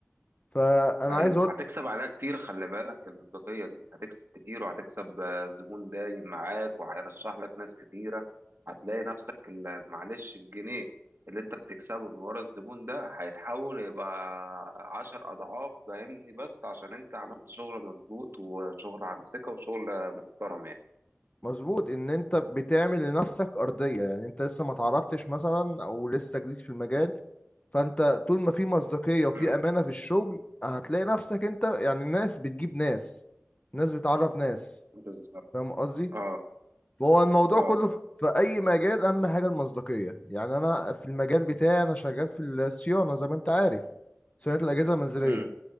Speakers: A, on the left; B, on the right.
A: فأنا
B: ايوه
A: عايز أقول
B: هتكسب عليها كتير خلي بالك المصداقيه دي هتكسب كتير وهتكسب آه، زبون دايم معاك وهيرشح لك ناس كتيره هتلاقي نفسك ال- معلش الجنيه اللي انت بتكسبه من ورا الزبون ده هيتحول يبقى عشر اضعاف فاهمني بس عشان انت عملت شغل مظبوط وشغل عن ثقه وشغل محترم يعني
A: مظبوط ان انت بتعمل لنفسك ارضيه يعني انت لسه ما تعرفتش مثلا او لسه جديد في المجال فانت طول ما في مصداقيه وفي
B: امم
A: امانه في الشغل هتلاقي نفسك انت يعني الناس بتجيب ناس الناس بتعرف ناس
B: بالظبط
A: فاهم قصدي
B: اه
A: فهو الموضوع
B: اه
A: كله في في اي مجال اهم حاجه المصداقيه يعني انا في المجال بتاعي انا شغال في الصيانه زي ما انت عارف صيانه الاجهزه المنزليه
B: امم